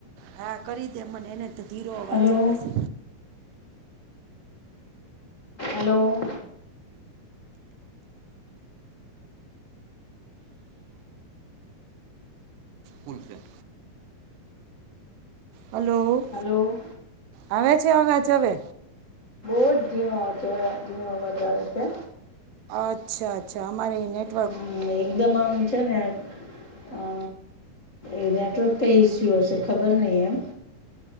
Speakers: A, on the right (about 80°); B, on the left (about 80°).
A: હા કરી દે મને એને જ તો ધીરો અવાજ
B: હલો
A: આવે છે.
B: હલો
A: ફુલફેન હલો
B: હલો
A: આવે છે અવાજ હવે
B: બહુ જીનો અવાજ જીણ અવાજ આવે છે.
A: અચ્છા અચ્છા અમારે નેટ
B: હમ એકદમ આમ છે ને અ એ નેટવર્ક કઈ ઇસ્યુ હશે ખબર નહીં એમ